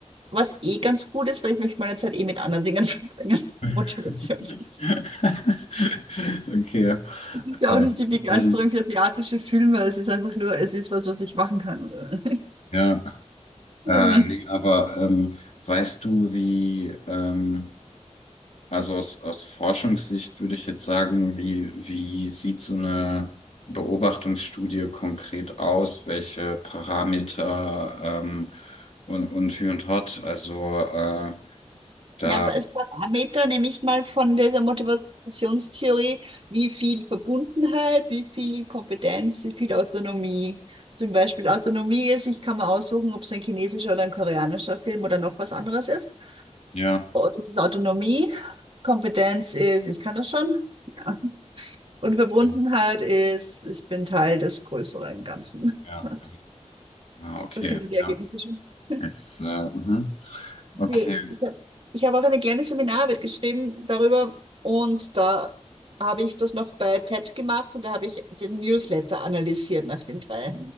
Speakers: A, on the right (about 45°); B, on the left (about 60°).
A: Was eh ganz gut ist, weil ich möchte meine Zeit eh mit anderen Dingen <laughs> verbringen.
B: <laughs>
A: Motivation ist nicht-
B: okay.
A: ist ja
B: Äh,
A: auch nicht
B: das
A: die Begeisterung
B: ist dann
A: für asiatische Filme. Es ist einfach nur, es ist was, was ich machen kann. Oder? <laughs>
B: Ja,
A: Ja,
B: äh, nee, aber ähm, weißt du, wie, ähm, also aus, aus Forschungssicht würde ich jetzt sagen, wie, wie sieht so eine Beobachtungsstudie konkret aus? Welche Parameter ähm, und, und Hü und Hott? Also äh, da,
A: Ja, aber als Parameter nehme ich mal von dieser Motivationstheorie, wie viel Verbundenheit, wie viel Kompetenz, wie viel Autonomie. Zum Beispiel Autonomie ist, ich kann mir aussuchen, ob es ein chinesischer oder ein koreanischer Film oder noch was anderes ist.
B: ja,
A: Oh, das ist Autonomie. Kompetenz ist, ich kann das schon. Ja. Und Verbundenheit
B: ähm,
A: ist, ich bin Teil des größeren Ganzen.
B: ja,
A: <laughs>
B: ähm, ah, okay,
A: Das sind
B: ja,
A: die Ergebnisse schon. <laughs>
B: jetzt, äh, mhm. Okay,
A: Ich habe ich hab auch eine kleine Seminararbeit geschrieben darüber und da habe ich das noch bei TED gemacht und da habe ich den Newsletter analysiert nach den drei